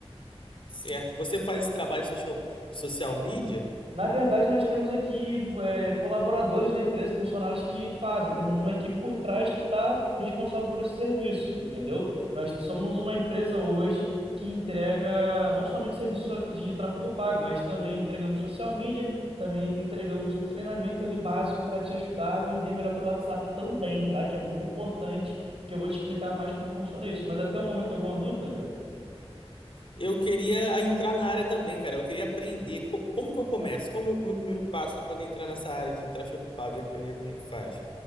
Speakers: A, on the left; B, on the right.
A: Certo, você faz esse trabalho social, de social media?
B: Na verdade, nós temos aqui é, colaboradores na empresa, funcionários que fazem. Temos uma equipe por trás que está responsável por esse serviço, entendeu? Nós somos uma empresa hoje que entrega não somente serviço de tráfego pago, mas também entregamos social media, também entregamos um treinamento ali básico para te ajudar a vender melhor pelo WhatsApp também, tá? Que é muito importante, que eu vou te explicar mais como funciona isso. Mas até o momento, alguma dúvida, cara?
A: Eu queria entrar na área também, cara. Eu queria aprender co- como que eu começo? Qual o meu, meu primeiro passo para poder entrar nessa área de tráfego pago e aprender como é que faz?